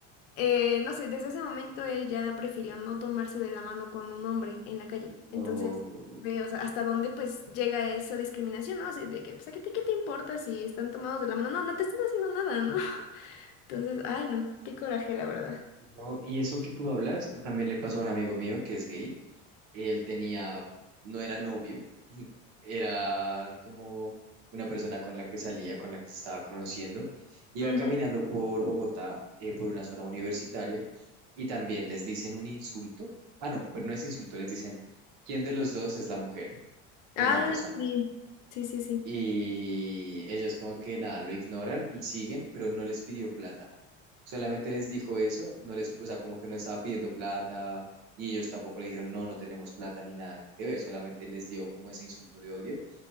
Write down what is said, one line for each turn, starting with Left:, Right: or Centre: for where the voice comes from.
Left: Eh, no sé, desde ese momento él ya prefirió no tomarse de la mano con un hombre en la calle. Entonces,
Right: Oh,
Left: ve, o sea, hasta dónde pues llega esa discriminación, ¿no? Así de que, pues, ¿a ti qué te importa si están tomados de la mano? No, no te están haciendo nada, ¿no? <laughs> Entonces, ay, no, qué coraje, la verdad.
Right: no, y eso que tú hablas también le pasó a un amigo mío que es gay. Él tenía, no era novio, <laughs> era como una persona con la que salía, con la que se estaba conociendo. Iba
Left: Ujú.
Right: caminando por Bogotá, eh, por una zona universitaria, y también les dicen un insulto. Ah, no, pero no es insulto, les dicen, ¿quién de los dos es la mujer? Una
Left: Ah,
Right: persona.
Left: sí, sí, sí, sí.
Right: Y ellos como que nada, lo ignoran y siguen, pero no les pidió plata. Solamente les dijo eso, no les, o sea, como que no estaba pidiendo plata y ellos tampoco le dijeron, no, no tenemos plata ni nada que ver, solamente les dio como ese insulto de odio.